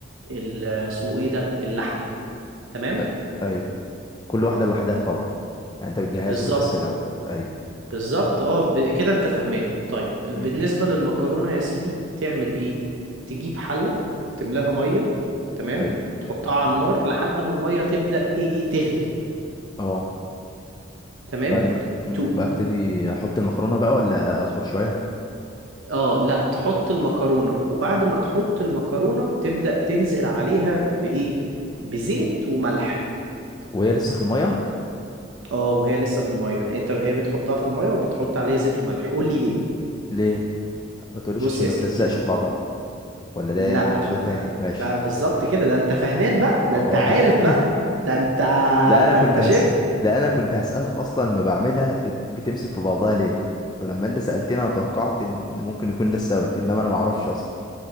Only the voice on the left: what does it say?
أ- ايوه كل واحده لوحدها طبعا يعني انت بتجهزهم
بس الاول ايوه
امم
ايوه
اه
بعد ما مم.
ببتدي احط المكرونه بقى ولا اصبر شويه
وهي لسه في الميه
ليه ما تقوليش
عشان
ما
تلزقش
في بعضها ولا ده
موضوع
تاني ماشي
خلاص
<laughs>
ده انا كنت
هس...
ده انا كنت هسألك اصلا ما بعملها بت... بتمسك في بعضها ليه فلما انت سألتني انا توقعت ان ممكن يكون ده السبب انما انا ما اعرفش اصلا